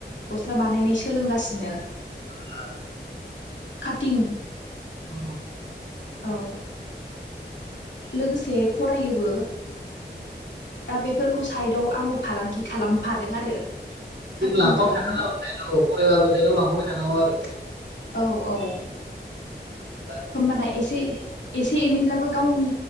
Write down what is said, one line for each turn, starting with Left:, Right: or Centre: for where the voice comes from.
Left: गस्ला बानायनाय सोलोंगासिनो
Right: <inaudible>
Left: खाथिं
Right: उम
Left: औ लोगोसे फरायोबो दा बेफोरखौ साइटआव आंबो फालांगि खालामफादों आरो। काटिं
Right: बि लांफाबाय
Left: खालामनो
Right: थानांगो‌फरायबाबो बिदिनो लांफाबाय थानांगौ आरो।
Left: औ औ।
Right: उम
Left: होमबाना एसे एसे एनैब्लाबो गावनि